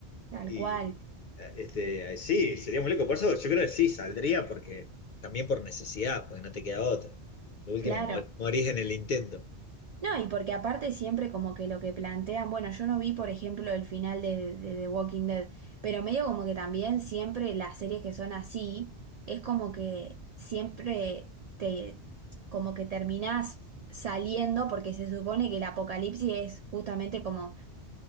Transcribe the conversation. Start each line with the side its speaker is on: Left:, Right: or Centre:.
Right: tal
Left: Y
Right: cual,
Left: este, sí, sería muy loco. Por eso yo creo que sí, saldría porque también por necesidad, porque no te queda otra. Lo último,
Right: claro.
Left: mor- morís en el intento. <laughs>
Right: No, y porque aparte siempre como que lo que plantean, bueno, yo no vi por ejemplo el final de, de The Walking Dead, pero medio como que también siempre las series que son así, es como que siempre te, como que terminás saliendo porque se supone que el apocalipsis es justamente como